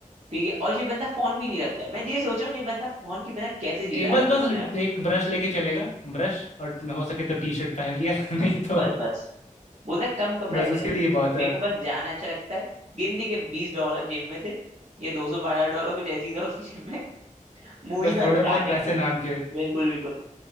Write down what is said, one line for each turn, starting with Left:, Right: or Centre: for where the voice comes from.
Right: ठीक है और ये बंदा फोन भी नहीं रखता है मैं ये सोच रहा हूँ ये बंदा फोन के बिना कैसे जी रहा
Left: एक
Right: है
Left: बस
Right: आज के
Left: बस
Right: जमाने में
Left: एक ब्रश लेके चलेगा ब्रश और हो सके तो टी शर्ट पहन लिया <laughs> नहीं तो
Right: बस बस बोल रहा है, कम कपड़े
Left: बस
Right: हैं तेरे-
Left: उसके
Right: पास।
Left: लिए बहुत
Right: मेरे
Left: है
Right: को बस जाना अच्छा लगता है गिनती के बीस डॉलर जेब में थे ये दो सौ बारह डॉलर कुछ ऐसे ही था उसकी जेब में <laughs> मूवी
Left: बस
Right: का
Left: थोड़े
Right: स्टार्टिंग
Left: बहुत पैसे नाम के
Right: बिल्कुल बिल्कुल